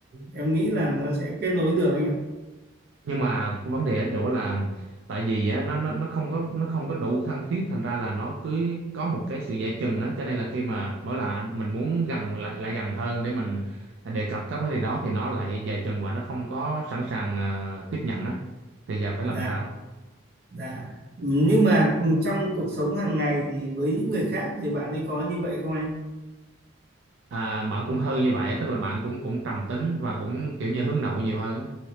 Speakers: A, on the right; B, on the right.
A: em nghĩ là nó sẽ kết nối được anh ạ
B: nhưng mà vấn đề ở chỗ là tại vì á, nó nó nó không có nó không có đủ thân thiết thành ra là nó cứ có một cái sự dè chừng á cho nên là khi mà mỗi lần anh mình muốn gần lại lại gần hơn để mình đề cập các vấn đề đó thì nó lại dè chừng và nó không có sẵn sàng ờ, tiếp nhận á thì giờ phải
A: dạ
B: làm sao
A: dạ nhưng mà trong cuộc sống hàng ngày thì với những người khác thì bạn ấy có như vậy không anh
B: à, bạn cũng hơi như vậy á, tức là bạn cũng cũng trầm tính và cũng kiểu như hướng nội nhiều hơn á